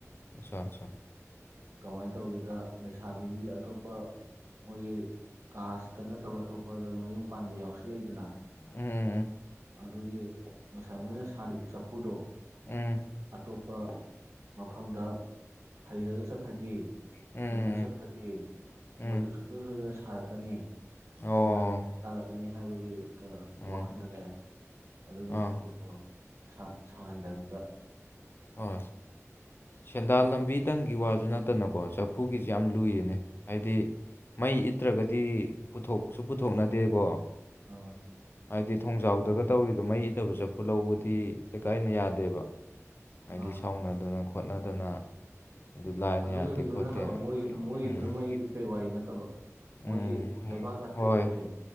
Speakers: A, on the left; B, on the right.
A: ꯑꯠꯆꯥ ꯑꯠꯆꯥ
B: ꯀꯃꯥꯏꯅ ꯇꯧꯒꯦꯗ ꯂꯩꯁꯥꯕꯤꯁꯤ ꯑꯇꯣꯞꯄ ꯃꯣꯏꯒꯤ ꯀꯥꯁꯇ ꯅꯠꯇꯕꯤꯗ ꯑꯇꯣꯞꯄꯗ ꯃꯌꯨꯝ ꯄꯥꯟꯕ ꯌꯥꯎꯁꯜꯂꯛꯏꯗꯅ
A: ꯎꯝ
B: ꯑꯗꯨꯒꯤ ꯉꯁꯥꯏ ꯃꯣꯏꯅ ꯁꯥꯔꯤꯕ ꯆꯐꯨꯗꯣ
A: ꯎꯝ
B: ꯑꯇꯣꯞꯄ ꯃꯐꯝꯗ ꯍꯩꯔꯒ ꯆꯠꯈ꯭ꯔꯗꯤ
A: ꯎꯝ
B: ꯄꯨꯔ ꯆꯠ
A: ꯎꯝ
B: ꯈ꯭ꯔꯗꯤ
A: ꯎꯝ
B: ꯃꯣꯏꯗꯨ ꯁꯨꯡꯁꯣꯏ ꯁꯣꯏꯗꯅ ꯁꯥꯔꯛꯀꯅꯤ
A: ꯑꯣ
B: ꯁꯦꯟꯗꯥ ꯂꯝꯕꯤ ꯇꯥꯜꯂꯛꯀꯅꯤ ꯍꯥꯏꯕꯒꯤ ꯀꯩꯅꯣ
A: ꯎꯝ
B: ꯋꯥꯈꯟꯗꯅꯦ ꯑꯗꯨꯒꯤ
A: ꯑꯥ
B: ꯆꯐꯨꯠꯇꯣ ꯁꯍꯟ ꯁꯍꯟꯗꯕꯤꯗ
A: ꯑꯣ ꯁꯦꯟꯗꯥꯟ ꯂꯝꯕꯤꯇꯪꯒꯤ ꯋꯥꯁꯨ ꯅꯠꯇꯅꯀꯣ ꯆꯐꯨꯒꯤꯁ ꯌꯥꯝ ꯂꯨꯏꯌꯦꯅꯦ ꯍꯥꯏꯗꯤ ꯃꯩ ꯏꯠꯇ꯭ꯔꯒꯗꯤ ꯄꯨꯊꯣꯛꯁꯨ ꯄꯨꯊꯣꯛꯅꯗꯦꯀꯣ
B: ꯑꯥ
A: ꯍꯥꯏꯗꯤ ꯊꯣꯡꯖꯥꯎꯗꯒ ꯇꯧꯔꯤꯗꯣ ꯃꯩ ꯏꯇꯕ ꯆꯐꯨ ꯂꯧꯕꯗꯤ ꯂꯩꯀꯥꯏꯅ ꯌꯥꯗꯦꯕ ꯍꯥꯏꯗꯤ
B: ꯑꯥ
A: ꯁꯥꯎꯅꯗꯅ ꯈꯣꯠꯅꯗꯅ ꯑꯗꯨ ꯂꯥꯏꯅ
B: ꯑꯗꯨꯗꯒꯤꯁꯨ
A: ꯌꯥꯗꯦ ꯈꯣꯠꯇꯦꯅ
B: ꯅꯠꯇꯕ ꯃꯣꯏ ꯃꯣꯏꯒꯤ ꯃꯣꯏꯒꯤꯗꯨꯅ
A: ꯎꯝ
B: ꯃꯣꯏ ꯏꯄꯩ ꯋꯥꯔꯤ ꯅꯠꯇꯕ ꯃꯣꯏꯒꯤ
A: ꯎꯝ
B: ꯂꯩꯕꯥꯛ ꯑ
A: ꯍꯣꯏ
B: ꯄꯦꯛꯄꯁꯦ